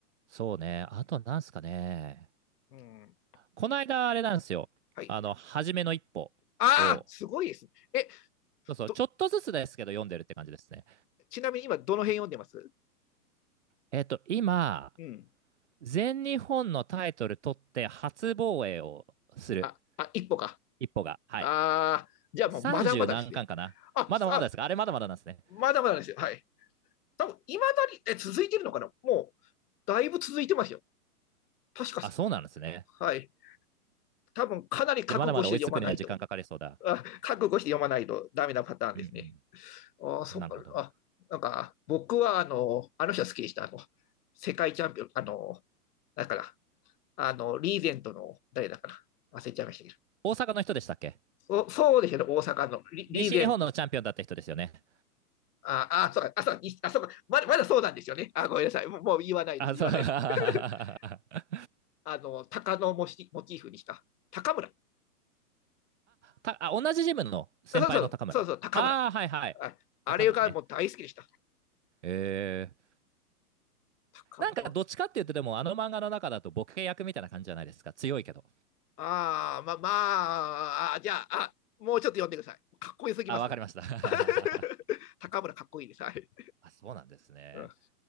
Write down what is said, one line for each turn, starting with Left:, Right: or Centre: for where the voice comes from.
Right: そうね。あとなんすかね。
Left: うん。
Right: この間、あれなんですよ。
Left: はい。
Right: あの、初めの一歩を、
Left: ああ、すごいですね。え、
Right: そうそう、
Left: と、
Right: ちょっとずつですけど読んでるって感じですね。
Left: ちなみに今、どの辺読んでます
Right: えっと、今、
Left: うん。
Right: 全日本のタイトル取って初防衛をする。
Left: あ、あ、一歩か。
Right: 一歩が。はい。
Left: ああ、じゃあもうまだまだですね。
Right: 30何巻かなまだまだですかあれまだまだなんですね。
Left: あ、あ、まだまだですよ。はい。多分、いまだに、え、続いてるのかなもう、だいぶ続いてますよ。確か、
Right: あ、そうなんですね。
Left: はい。多分、かなり覚悟して読まないと。
Right: じゃあまだまだ追いつくには時間かかりそうだ。
Left: あ、覚悟して読まないとダメなパターンですね。
Right: うん
Left: あ、そっか、
Right: うん。なるほど。
Left: あ、なんか、僕は、あの、あの人好きでした。あの、世界チャンピオン、あの、だから、あの、リーゼントの、誰だかな忘れちゃいましたけ
Right: 大阪の人でしたっけ
Left: ど。そうですよね、大阪のリリーゼン
Right: 西日本のチャンピオンだった人ですよね。
Left: ああ、そうか、あ、そうにあそうかまだ、まだそうなんですよね。あ、ごめんなさい。もうもう言わないです、
Right: あ、
Left: 言わないです。
Right: そう。<laughs> あ、
Left: <laughs> あの、鷹のモチモチーフにした。高村。
Right: たあ同じジムの先輩の高村。
Left: あそうそう、そうそう、高村。
Right: ああ、はいはい。
Left: ああれがもう大好きでした。
Right: 高村ね。えー。
Left: 高村。
Right: なんかどっちかっていうと、
Left: うん、
Right: でもあの漫画の中だとボケ役みたいな感じじゃないですか。強いけど。
Left: ああ、ま、まあ、あ、じゃあ、あ、もうちょっと読んでください。かっこよすぎます。
Right: あ、わかりました。
Left: <laughs>
Right: <laughs>
Left: 高村かっこいいです。はい。
Right: あ、そうなんですね。
Left: うん、